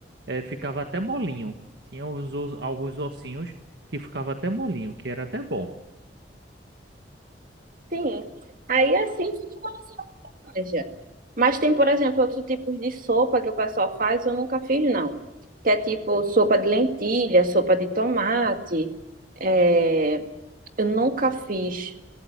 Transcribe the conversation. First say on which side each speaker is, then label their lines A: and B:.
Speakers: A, on the right; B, on the right.
A: eh, ficava até molinho. Tinha os os- alguns ossinhos que ficava até molinho, que era até bom.
B: Sim. Aí é assim foi que eu Veja, Mas tem, por exemplo, outros tipos de sopa que o pessoal faz, eu nunca fiz, não. Que é tipo sopa de lentilha, sopa de tomate. É, Eu nunca fiz